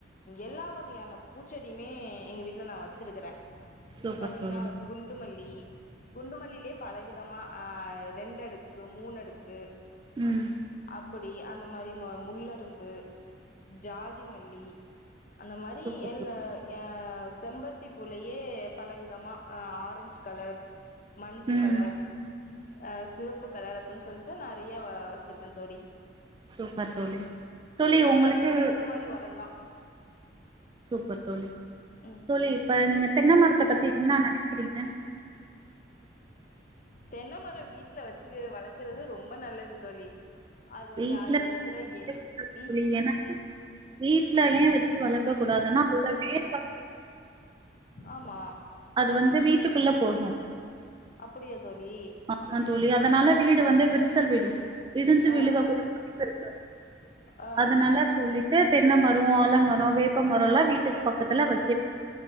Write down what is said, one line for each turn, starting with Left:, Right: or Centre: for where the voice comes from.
Left: எல்லா வகையான பூச்செடியுமே எங்க வீட்டில் நான் வச்சுருக்கறன்
Right: சூப்பர்
Left: பாத்தீங்கன்னா
Right: தோழி
Left: குண்டு மல் லி குண்டுமல்லிலயே பல விதமா ஆஹ் ரெண்டு அடுக்கு மூணு அடுக்கு
Right: உம்
Left: அப்படி அந்த மாதிரி முள்ளரும்பு ஜாதி மல்லி அந்த மாரி
Right: சூப்பர்
Left: எல்ல
Right: தோ
Left: அஹ் செம்பருத்தி பூலயே பல விதமாஹ் ஆரஞ்ச் கலர் மஞ்ச
Right: ம்
Left: கலர் அ சிவப்பு கலர் அப்டின்னு சொல்லிட்டு நெறை யா வச்சிருக்கேன் தோழி
Right: சூப்பர் தோழி தோழி ஒங்களுக்கு
Left: எல்லாத்துக்குமே இந்த மாரி ஒரந்தா
Right: சூப்பர் தோழி
Left: ம்
Right: தோழி இப்ப நீங்க தென்மரத்த பத்தி என்ன நெனைக்கிறீங்க
Left: தென்னை மரம் வீட்டுல வச்சு வளர்க்குறது ரொம்ப நல்லது தோழி அது
Right: வீட்ல
Left: வந்து அதுல இருக்கிற ஏ
Right: <inaudible>
Left: ம்
Right: ஏனா வீட்ல ஏ வெச் வளக்கக் கூடாதுன்னா அதோட வேர் <inaudible>
Left: ஆமா
Right: அது வந்து வீட்டுக்குள்ள போகு
Left: அப்படியா தோழி
Right: <inaudible> தோழி அதனால வீடு வந்து விரிசல் விடும் இடிஞ்சு
Left: ஆ
Right: விழுக <inaudible>
Left: ஆ
Right: அதனால சொல்லிட்டு தென்ன மரோ ஆல மரோ வேப்ப மரோல்லா வீட்டுக் பக்கத்ல வ